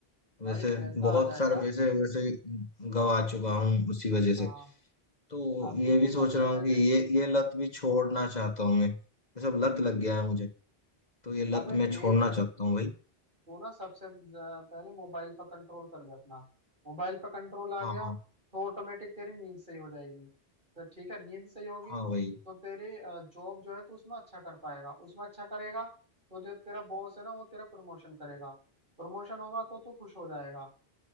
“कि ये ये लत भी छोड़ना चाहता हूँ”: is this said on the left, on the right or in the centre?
Left